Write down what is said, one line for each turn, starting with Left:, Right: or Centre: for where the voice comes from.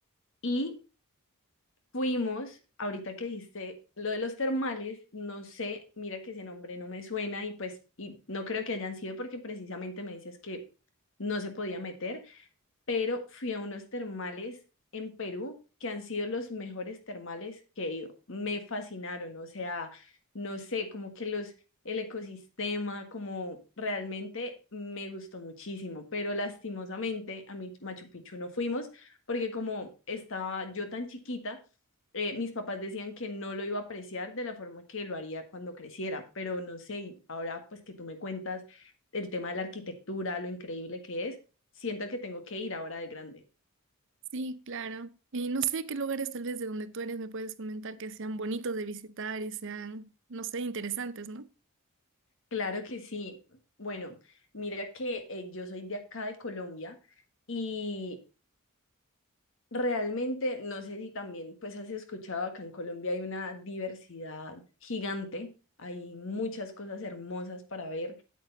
Left: Y fuimos, ahorita que dijiste lo de los termales, no sé, mira que ese nombre no me suena y pues y no creo que hayan sido porque precisamente me dices que no se podía meter, pero fui a unos termales en Perú que han sido los mejores termales que he ido. Me fascinaron, o sea, no sé, como que los, el ecosistema, como realmente me gustó muchísimo, pero lastimosamente a mi Machu Picchu no fuimos porque como estaba yo tan chiquita, eh, mis papás decían que no lo iba a apreciar de la forma que lo haría cuando creciera, pero no sé, y ahora pues que tú me cuentas el tema de la arquitectura, lo increíble que es, siento que tengo que ir ahora de grande.
Right: Sí, claro. Y no sé qué lugares tal vez de donde tú eres me puedes comentar que sean bonitos de visitar y sean, no sé, interesantes, ¿no?
Left: Claro que sí. Bueno, mira que eh, yo soy de acá de Colombia y realmente no sé si también pues has escuchado acá en Colombia hay una diversidad gigante. Hay muchas cosas hermosas para ver.